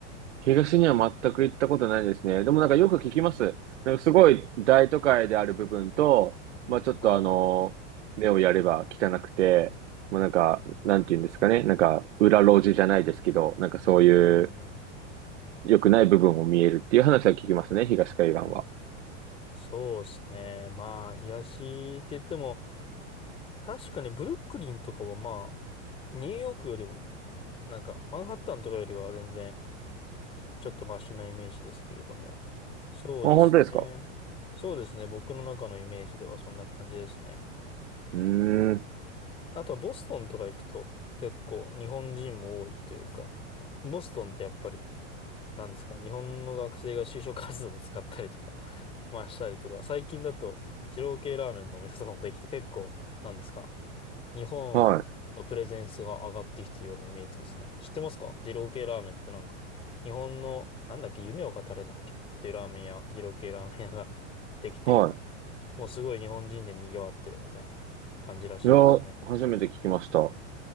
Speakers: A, on the right (about 70°); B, on the left (about 15°).
A: 東には全く行ったことないですね。でもなんかよく聞きます。なんかすごい大都会である部分と、まあちょっとあの、
B: はい。
A: 目をやれば汚くて、まあなんか、なんて言うんですかね。なんか、裏路地じゃないですけど、なんかそういう
B: うんうん。
A: 良くない部分を見えるっていう話は聞きますね、東海岸は。
B: そうですね。まあ、東って言っても、確かにブルックリンとかはまあ、ニューヨークよりは、なんか、マンハッタンとかよりは全然、ちょっとマシなイメージですけれども。そうですね。
A: あ、本当ですか
B: そうですね。僕の中のイメージではそんな感じですね。
A: うーん。
B: あとはボストンとか行くと結構日本人も多いというか、なボストンってやっぱりなんですか、日本の学生が就職活動で使ったりとか、<laughs> まあしたりとか、最近だと、二郎系ラーメンのお店とかもできて、結構、なんですか、日本のプレゼンスが上がってきてるようなイメージですね。
A: はい。
B: 知ってますか二郎系ラーメンってなんか、日本の、なんだっけ、夢を語れだっけっていうラーメン屋、二郎系ラーメン屋が <laughs> できて、
A: は
B: もうすごい日本人で賑わってるみたいな感じらしいんですよね。
A: い。いや、初めて聞きました。はい。